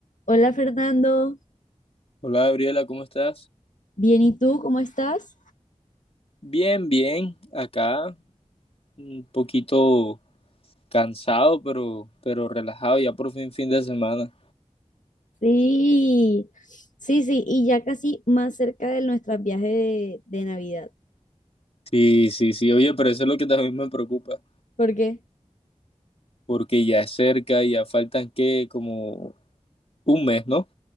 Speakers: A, on the left; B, on the left.
A: Hola Fernando,
B: Hola Gabriela, ¿cómo estás?
A: bien, ¿y tú cómo estás?
B: Bien, bien, acá un poquito cansado, pero, pero relajado, ya por fin fin de semana.
A: Sí, sí, sí, y ya casi más cerca de nuestro viaje de, de Navidad.
B: Sí, sí, sí, oye, pero eso es lo que también me preocupa,
A: ¿Por qué?
B: porque ya es cerca, ya faltan que como un mes, ¿no?